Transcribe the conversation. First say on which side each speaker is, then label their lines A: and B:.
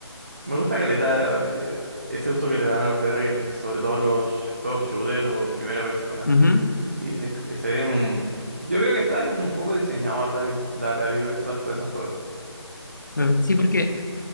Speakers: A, on the right (about 25°); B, on the left (about 40°).
A: me gusta caleta eh, ese uso que le dan a los VR, en- sobre todo los juegos shooter o en primera persona.
B: ujú.
A: Sí, se, se ve... mm, Yo creo que está como un poco diseñado la, vir- la realidad virtual para esos juegos.
B: Claro. Sí, porque